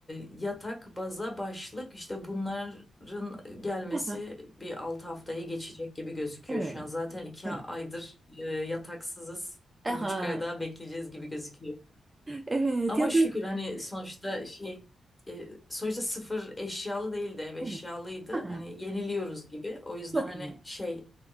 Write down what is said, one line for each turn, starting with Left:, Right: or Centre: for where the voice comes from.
Left: yatak, baza, başlık işte bunların gelmesi
Right: Aha,
Left: bir 6 haftayı geçecek gibi gözüküyor
Right: Evet,
Left: şu an. Zaten iki
Right: evet.
Left: aydır e, yataksızız.
Right: Aha,
Left: Bir buçuk ay daha bekleyeceğiz gibi gözüküyor.
Right: evet
Left: Ama
Right: ya da
Left: şükür hani sonuçta şey e, sonuçta sıfır eşyalı değildi ev eşyalıydı.
Right: evet. Aha,
Left: Hani yeniliyoruz gibi. O yüzden
Right: çok
Left: hani
Right: iyi.
Left: şey